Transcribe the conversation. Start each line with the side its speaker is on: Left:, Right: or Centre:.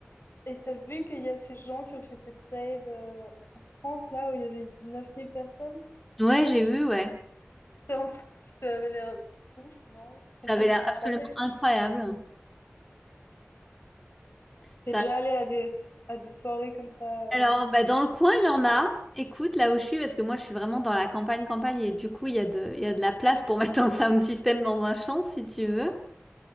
Left: Et t'as vu qu'il y a ces gens qui ont fait cette rave euh, en France, là, où il y avait 9000 personnes?
Centre: Ouais, j'ai vu, ouais.
Left: <laughs> T'es en train- <laughs> Ça avait l'air ouf, non?
Centre: Ça
Left: Complètement
Centre: avait l'air absolument
Left: taré.
Centre: incroyable. Ça
Left: T'es déjà allé à des, à des soirées comme ça? euh,
Centre: Alors, bah, dans le coin, il y en a.
Left: C'est
Centre: Écoute, là où je suis, parce que moi, je suis vraiment dans la campagne, campagne, et du coup, il y a de, il y a de la place pour <laughs> mettre un sound system dans un champ, si tu veux.